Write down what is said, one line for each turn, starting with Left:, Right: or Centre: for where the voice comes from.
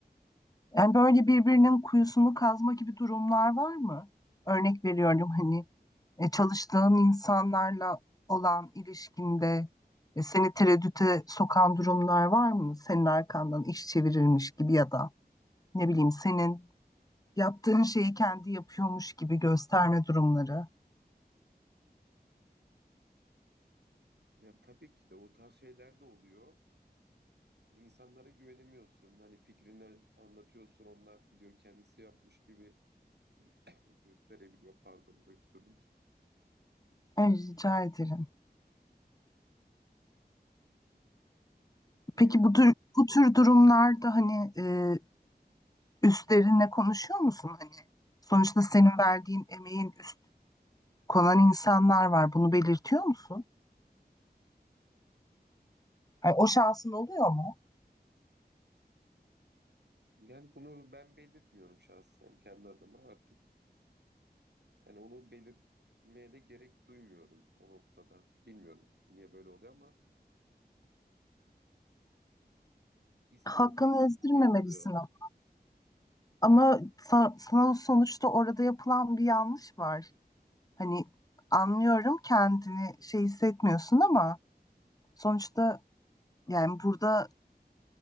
Left: Yani böyle birbirinin kuyusunu kazma gibi durumlar var mı? Örnek veriyorum hani e, çalıştığın insanlarla olan ilişkinde e, seni tereddüte sokan durumlar var mı? Senin arkandan iş çevirilmiş gibi ya da ne bileyim senin Yaptığın şeyi kendi yapıyormuş gibi gösterme durumları.
Right: Ya tabii ki de o tarz şeyler de oluyor. Yani insanlara güvenemiyorsun. Hani fikrini anlatıyorsun onlar gidiyor kendisi yapmış gibi <coughs> gösterebiliyor. Pardon öksürdüm.
Left: Ay, rica ederim.
Right: Yani
Left: Peki bu tür, bu tür durumlarda hani e, üstlerinle konuşuyor musun? Hani sonuçta senin verdiğin emeğin üst konan insanlar var. Bunu belirtiyor musun? Hani o şansın oluyor mu?
Right: yani bunu ben belirtmiyorum şahsen kendi adıma artık. Yani onu belirtmeye de gerek duymuyorum o noktada. Bilmiyorum niye böyle oluyor ama ispiyonlamış
Left: Hakkını ezdirmemelisin
Right: gibi oluyor.
Left: ama Ama sa- sana sonuçta orada yapılan bir yanlış var. Hani anlıyorum kendini şey hissetmiyorsun ama sonuçta yani burada